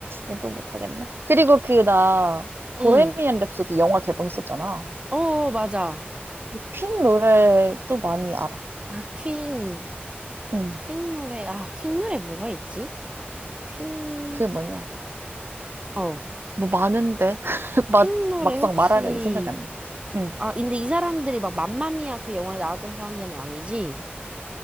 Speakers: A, on the right (about 65°); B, on the right (about 25°).
A: 음, 또 못하겠나? 그리고 그 나 보헤미안
B: 응.
A: 랩소디 영화 개봉했었잖아.
B: 어, 맞아.
A: 퀸 노래 또 많이 알아.
B: 아, 퀸.
A: 응.
B: 퀸 노래. 아, 퀸 노래 뭐가 있지? 퀸,
A: 그 뭐냐?
B: 어.
A: 뭐 많은데 <laughs> 막
B: 퀸 노래
A: 막상
B: 혹시
A: 말하려니 생각이 안 나. 응.
B: 아, 근데 이 사람들이 막 맘마미아 그 영화에 나왔던 사람들은 아니지?